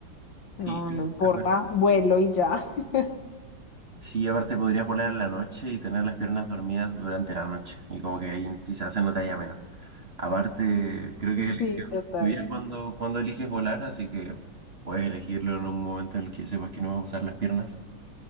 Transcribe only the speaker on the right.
Sí, es
Sí, aparte podrías volar en la noche y tener las piernas dormidas durante la noche. Y como que ahí quizás se notaría menos. Aparte, creo que es elección
tuya cuando, cuando eliges volar, así que puedes elegirlo en un momento en el que sepas que no vas a usar las piernas.